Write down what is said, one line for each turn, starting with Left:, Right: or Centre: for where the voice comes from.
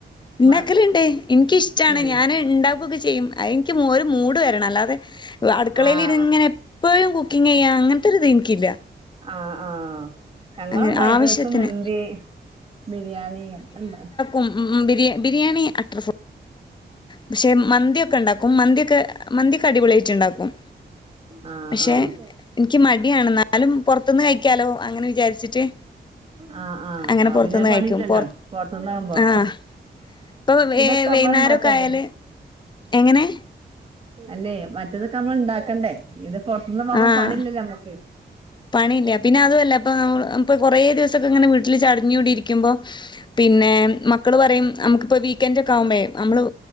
Left: ഇണ്ടാക്കല്ണ്ട്
Right: മ
Left: ഇന്ക്കിഷ്ടാണ്
Right: ന്ന്
Left: ഞാന് ഇണ്ടാക്കൊക്കെ ചെയ്യും എൻക്ക് ഒരു മൂഡ് വരണം അല്ലാതെ അടുക്കളയില്
Right: ആഹ്
Left: ര് ഇങ്ങനെ എപ്പഴും കുക്കിങ്ങ യ്യാ അങ്ങൻത്തൊരു ഇത് എൻക്കില്ല
Right: ആ ആ ഞങ്ങള്
Left: അങ്ങനെ
Right: ഫ്രൈഡ്രൈസും
Left: ആവശ്യത്തിന്
Right: മന്തി ബിരിയാണി ഒക്കെ ഇണ്ടാ
Left: ഉം ഉം ഉം ബിരി ബിയാണി അത്ര പക്ഷെ മന്തിയൊക്കെ ഇണ്ടാക്കും മന്തിയൊക്കെ മന്തി ഒക്കെ അടിപൊളിയായ്ട്ടുണ്ടാക്കും
Right: ആഹ്
Left: പക്ഷെ
Right: ആഹ്
Left: ഇൻക്കി മടിയാണ് ന്നാലും പോർത്ത്ന്ന് കഴിക്കാലോ അങ്ങനെ വിചാരിച്ചിട്ട്
Right: ആ ആ
Left: അങ്ങനെ
Right: അപോ
Left: പുറത്തുന്ന്
Right: പിന്നെ
Left: കഴിക്കും
Right: പണില്ലല്ലോ
Left: പൊർ
Right: പോർത്ത്ന്നാവുമ്പോ
Left: ആഹ് ഇപ്പൊ വെ
Right: ഇതൊക്കെ
Left: വൈന്നേരൊക്കെ
Right: അമ്മള് ഇണ്ടാക്കണ്ടേ
Left: ആയാല് എങ്ങനെ
Right: അല്ലെ മറ്റതൊക്കെ അമ്മള് ഇണ്ടാക്കണ്ടേ ഇത് പൊർത്ത് ന്ന് വാങ്ങുമ്പം
Left: ആഹ്
Right: പണില്ലല്ലോ അമ്മക്ക്
Left: പണിയില്ല പിന്ന അതു അല്ലപ്പൊ ഇപ്പൊ കൊറേ ദിവസൊക്കെ ഇങ്ങനെ വീട്ടില് ചട്ഞ് കൂടി ഇരിക്കുമ്പോ പിന്നെ മക്കള് പറയും നമുക്കിപ്പോ വീക്കെന്റ് ഒക്കെ ആവുമ്പയെ നമ്മള്